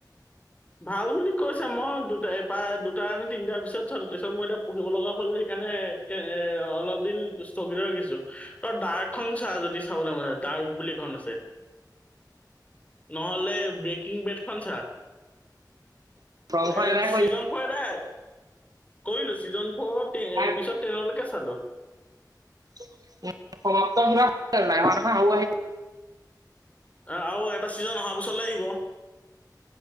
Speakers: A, on the left (about 20°); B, on the right (about 60°).
A: ভাল বুলি কৈছে মই দু প্ৰায় দুটা নে তিনটাৰ পিছত চালো তাৰছত মই এতিয়া পঢ়িব লগা হ'ল যে এইকাৰণে মানে এ অলপ দিন স্থগিত ৰাখিছো ত' ডাৰ্ক খন চা যদি চাবলৈ মন আৰু বুলে খন আছে ন'হলে বেকিং ব্ৰেডখন চা
B: থ্ৰনখন
A: এ
B: এদাই কৰি
A: চিজন ফৰদাই কৰিলো ছিজন ফৰত
B: তাক
A: এপিচদ তেনলৈকে চালো।
B: <unintelligible>
A: আহ, আৰু এটা চিজন অহাৰ বছৰ লে আহিব।